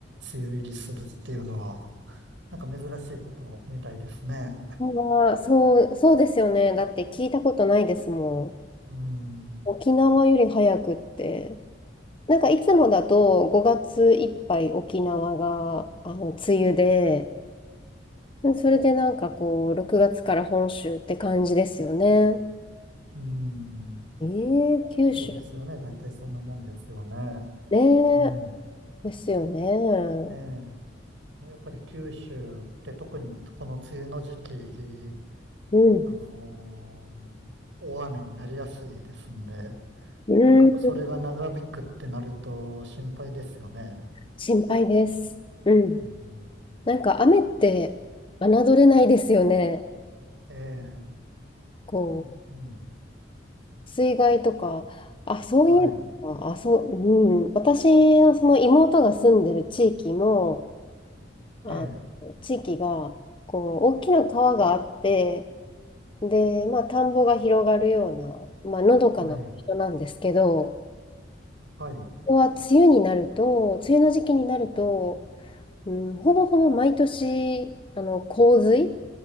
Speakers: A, on the right; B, on the left.
A: 梅雨入りするっていうのは、なんか珍しいことみたいですね。
B: は、そう、そうですよね。だって聞いたことないですもん。
A: うん、
B: 沖縄より早くって。なんかいつもだと5月いっぱい沖縄が、あの、梅雨で、それでなんかこう、6月から本州って感じですよね。
A: うん
B: ええ九州。
A: そうですよね。大体そんなもんですよね。
B: ねえ、
A: うん。
B: ですよね。
A: ええ。やっぱり九州って特にこの梅雨の時期、
B: うん。
A: あのー大雨になりやすいですんで、
B: うん。
A: なんかそれが長引くってなると心配ですよね。
B: 心配です。うん。
A: うん、
B: なんか雨って侮れないですよね。
A: ええ。
B: こう、
A: うん。うん
B: 水害とか、あ、そういえば、
A: はい。
B: あ、そう、うん。私のその妹が住んでる地域も、あ、
A: ええ。
B: 地域が、こう、大きな川があって、で、まあ、田んぼが広がるような、まあ、のどかな人なんですけど、
A: はい。はい。
B: ここは梅雨になると、梅雨の時期になると、うん、ほぼほぼ毎年、あの、洪水、